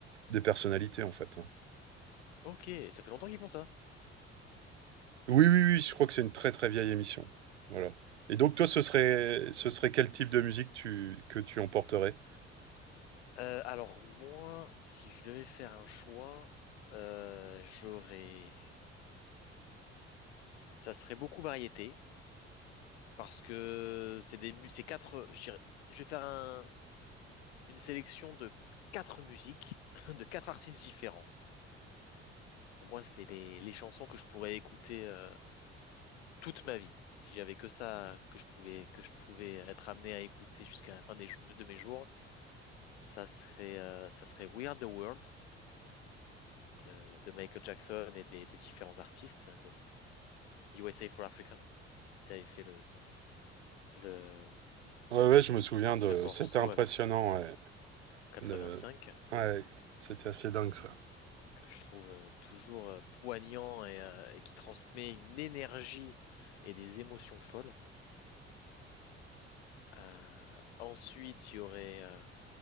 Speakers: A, on the right; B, on the left.
A: des personnalités, en fait. hein.
B: ok, ça fait longtemps qu'ils font ça.
A: Oui, oui, oui, je crois que c'est une très, très vieille émission. Voilà. Et donc, toi, ce serait, ce serait quel type de musique tu, que tu emporterais?
B: Euh, alors moi, si je devais faire un choix, euh, j'aurais, ça serait beaucoup variété parce que c'est des, mu- c'est quatre. Je dirais- je vais faire un- une sélection de quatre musiques <laughs> de quatre artistes différents. Pour moi, c'est les, les chansons que je pourrais écouter euh, toute ma vie si j'avais que ça que je pouvais que je pouvais être amené à écouter jusqu'à la fin des jou- de, de mes jours. Ça serait, euh, ça serait We Are the World de, de Michael Jackson et des, des différents artistes. USA for Africa. Ça avait fait le, le,
A: Ouais, ouais, je me souviens
B: ce
A: de...
B: morceau
A: C'était impressionnant,
B: avec ce
A: ouais.
B: 85
A: Le... Ouais, c'était assez dingue, ça.
B: que je trouve euh, toujours euh, poignant et, euh, et qui transmet une énergie et des émotions folles. Euh, ensuite, il y aurait euh,